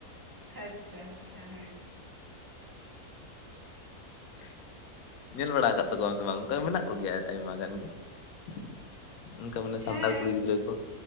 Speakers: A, on the right; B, on the left.
A: ᱟᱪᱪᱷᱟ ᱟᱪᱪᱷᱟ ᱦᱮᱸ ᱾
B: <inaudible> ᱧᱮᱞ ᱵᱟᱲᱟ ᱠᱟᱜ ᱛᱟᱠᱚᱣᱟ ᱥᱮ ᱵᱟᱝ ᱚᱱᱠᱟ ᱢᱮᱱᱟᱜ ᱠᱚᱜᱮᱭᱟ ᱟᱭᱢᱟ ᱜᱟᱱ ᱜᱮ ᱾ <inaudible> ᱩᱝᱠᱟ ᱢᱟᱱᱮ ᱥᱟᱱᱛᱟᱲ
A: ᱦᱮᱸ
B: ᱠᱩᱲᱤ ᱜᱤᱫᱽᱨᱟᱹ ᱠᱚ ᱾